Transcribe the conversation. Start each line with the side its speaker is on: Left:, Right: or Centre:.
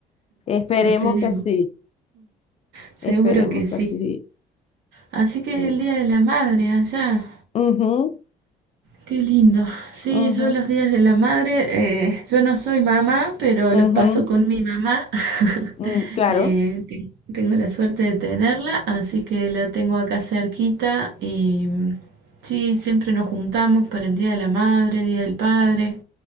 Left: Esperemos
Right: Esperemos.
Left: que sí.
Right: Seguro
Left: Esperemos
Right: que sí.
Left: que sí.
Right: Así que
Left: sí.
Right: es el Día de la Madre allá.
Left: Ujú,
Right: Qué lindo. Sí,
Left: ujú,
Right: yo los días de la madre, eh, yo no soy mamá, pero
Left: ujú,
Right: los paso con mi mamá. <laughs>
Left: mm, claro,
Right: Eh, ten- tengo la suerte de tenerla, así que la tengo acá cerquita y mm, sí, siempre nos juntamos para el Día de la Madre, Día del Padre,